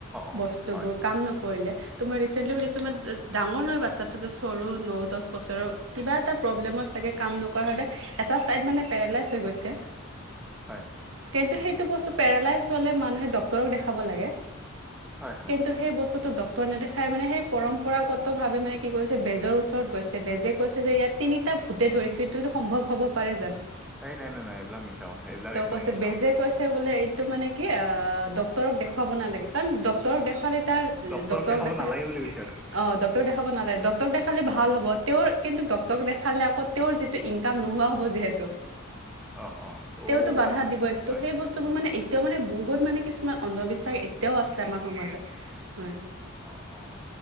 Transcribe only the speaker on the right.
বস্তুবোৰ
কাম নকৰিলে ত' মই ৰিচেণ্টলি সুধিছোঁ মই, ডাঙৰ নহয় বাচ্ছাটো যে চৰু ন, দহ বছৰৰ, কিবা এটা প্ৰব্লেমত চাগে কাম নকৰা হ'লে, এটা ছাইড মানে পেৰেলাইজ হৈ গৈছে।
কিন্তু সেইটো বস্তু পেৰালাইজ হলে মানুহে ডাক্তৰক দেখাব লাগে।
কিন্তু সেই বস্তুটো ডক ত্তৰ নদেখাই মানে সেই, পৰম্পৰাগতভাৱে মানে কি কৰিছে, বেজৰ ওচৰত গৈছে। বেজে কৈছে যে ইয়াত তিনিটা ভূতে ধৰিছে, এইটো, এইটো সম্ভৱ হ'ব পাৰে জানো?
তেওঁ
কৈছে
বেজে
কৈছে বোলে এইটো মানে কি অ, ডাক্তৰক দেখুৱাব নালাগে, কাৰণ ডাক্তৰক দেখুৱালে তাৰ
ডাক্তৰক
দেখালে
অ, ডাক্তৰক দেখাব নালাগে, ডাক্তৰক দেখালে ভাল হ'ব, তেওঁৰ কিন্তু ডাক্তৰক দেখালে আকৌ তেওঁৰ যিটো ইনকাম, নোহোৱা হ'ব যিহেতু
তেওঁটো বাধা
দিবই, ত'
সেই বস্তুবোৰ মানে এতিয়াও মানে বহুত মানে কিছুমান অন্ধবিশ্বাস এতিয়াও আছে আমাৰ সমাজত, হয়।